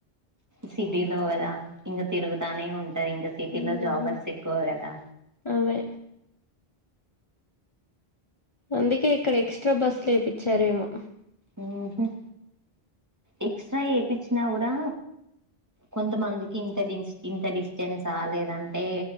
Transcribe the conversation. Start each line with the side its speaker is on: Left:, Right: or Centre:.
Right: సిడ్డిలో గద ఇంకా తిరుగుతానే ఉం టయ్ ఇంగ సిటీలో
Left: ఉమ్
Right: జాబర్స్ ఎక్కువ గదా
Left: అవే అందుకే ఇక్కడ ఎస్ట్రా బస్సులు ఏపిచ్చారేమో
Right: ఊహ్మ్ ఎక్స్ట్ర ఏపిచ్చినా గూడా కొంతమందికి ఇంత డిస్ ఇంత డిస్టెన్స లేదంటే